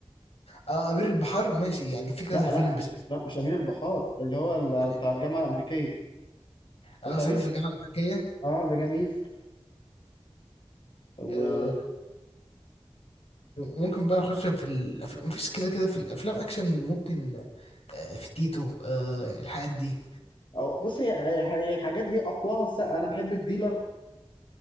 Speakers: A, on the left; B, on the left.
A: أه أمير البحار ماشي يعني في كذا
B: لا
A: فيلم
B: لا مش
A: بس
B: لا مش امير البحار اللي هو ال-
A: ما-
B: بتاع الجامعه الامريكيه اتفرجت
A: أه صعيدي
B: عليه
A: في الجامعة الأمريكية
B: اه ده جميل و
A: آه ممكن بقى نخش في الأفلام مفيش كده كده في الأفلام أكشن ممكن آه في تيتو آه الحاجات دي
B: أو بص هي هي- الحاجات دي اقواها الس- انا بحب الديلر